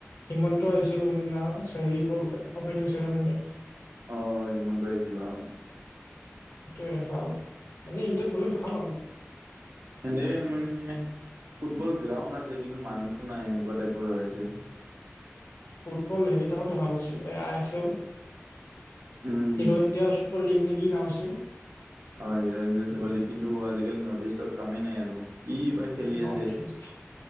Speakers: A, on the left (about 70°); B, on the right (about 65°).
A: হিমন্ত আছিল না কোনো দিনা <unintelligible> অপেনিংচেৰামেনিক
B: অ', হিমন্ত আহিছিল অ'।
A: সেইটোৱে ভাল মানে ইণ্ডিৰাত হ'লে ভাল আৰু।
B: এনন্ধেই মানে ফুটবল গ্ৰাউণ্ড আছে কিন্তু মানুহ নাই এনেকুৱা টাইপৰ হৈ আছে।
A: ফুটবল হেৰি থাকো ভাল আছিল এই আই এছ এল
B: উম।
A: হিৰো ইণ্ডিয়া চুপাৰ লীগ নে কি নাম আছে।
B: অ', <unintelligible> কিন্তু আজিকালি নৰ্থ ইষ্টৰ কামেই নাই আৰু কি পাই খেলি
A: নৰ্থ
B: আছে,
A: ইষ্ট